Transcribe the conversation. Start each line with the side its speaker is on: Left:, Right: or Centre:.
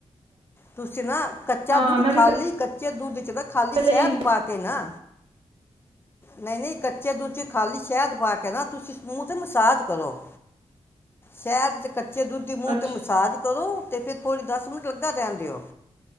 Left: ਤੁਸੀਂ ਨਾ ਕੱਚਾ
Right: ਹਾਂ
Left: ਦੁੱਧ
Right: ਮੈਂ
Left: ਖਾਲੀ
Right: ਵੀ
Left: ਕੱਚੇ ਦੁੱਧ ਤਾਂ ਖਾਲੀ
Right: ਪਹਿਲੇ
Left: ਸ਼ਹਿਦ
Right: ਹੀ
Left: ਪਾ ਕੇ ਨਾ। ਨਹੀਂ ਨਹੀਂ ਕੱਚੇ ਦੂੱਚੇ ਖਾਲੀ ਸ਼ਹਿਦ ਪਾ ਕੇ ਨਾ ਤੁਸੀਂ ਮੂਹ ਤੇ ਮਸਾਜ ਕਰੋ ਸ਼ਹਿਦ ਕੱਚੇ ਦੁੱਧ ਦੀ ਮੂੰਹ
Right: ਅੱਛਾ
Left: ਤੇ ਮਸਾਜ ਕਰੋ ਤੇ ਫਿਰ ਦਸ ਮਿੰਟ ਲੱਗਾ ਰੇਂਦੇਓ